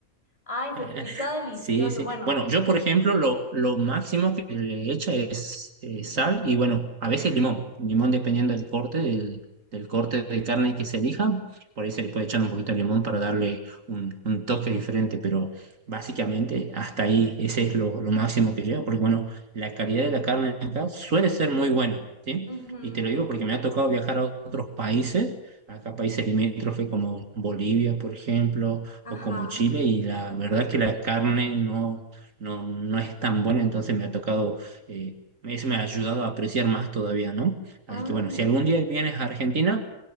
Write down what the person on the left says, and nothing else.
Ay, se
escucha delicioso.
Bueno,
ujú, ujú,
Ajá.
Ah,